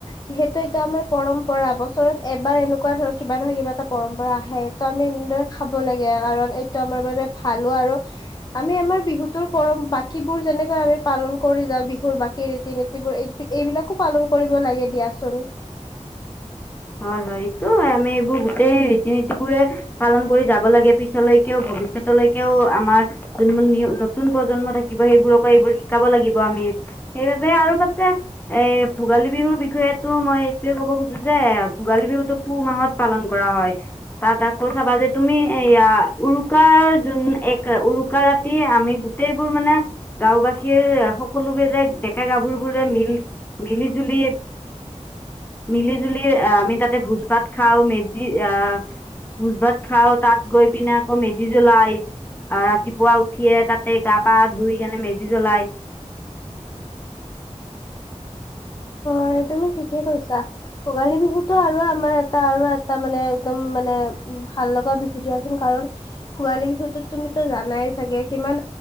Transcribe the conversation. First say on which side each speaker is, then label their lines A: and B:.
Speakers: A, on the left; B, on the left.
A: যিহেতু এইটো আমাৰ পৰম্পৰা, বছৰত এবাৰ এনেকুৱা ধৰক কিবা নহয়, কিবা এটা পৰম্পৰা আহে। এইটো আমি এনেদৰে খাব লাগে, কাৰণ এইটো আমাৰ বাবে ভাল আৰু আমি আমাৰ বিহুৰটোৰ পৰম, বাকীবোৰ যেনেকৈ আমি পালন কৰি যাওঁ, বিহুৰ বাকী ৰীতি-নীতি বোৰ এইবিলাকো পালন কৰিব লাগে দিয়াচোন।
B: হয় হয়, এইটোও হয়। আমি এইবোৰ গোটেই ৰীতি-নীতিবোৰে পালন কৰি যাব লাগে, পিছলৈকেও, ভৱিষ্যতলৈকেও আমাৰ যোনবোৰ নিউ, নতুন প্ৰজন্ম থাকিব ত', সেইবোৰৰ পৰা এইবোৰ শিকাব লাগিব আমি। সেইবাবেই আৰু পাছে, এ', ভোগালী বিহুৰ বিষয়ে তো মই এইটোৱেই ক'ব খোজো যে ভোগালী বিহুতো পুহ মাহত পালন কৰা হয়। তাত আকৌ চাবা যে, তুমি এইয়া উৰুকাৰ জোন, এক উৰুকা ৰাতি, আমি গোটেইবোৰ মানে গাঁওবাসীৰ সকলোবিলাক ডেকা-গাভৰুবোৰে মিল-মিলি জুলি, মিলি-জুলি, আ আমি তাতে ভোজ-ভাত খাওঁ, মেজি আ ভোজ-ভাত খাওঁ, তাত গৈ পিনে আকৌ মেজি জ্বলাই আ, ৰাতিপুৱা উঠিয়েই তাতে গা-পা ধুই কেনে মেজি জ্বলাই <inaudible>
A: হয়, তুমি ঠিকেই কৈছা। ভোগালী বিহুতো আৰু আমাৰ এটা, আৰু এটা মানে একদম মানে, উম, ভাল লগা বিহু দিয়াচোন। কাৰণ ভোগালী বিহুটোত তুমিতো জানাই চাগে কিমান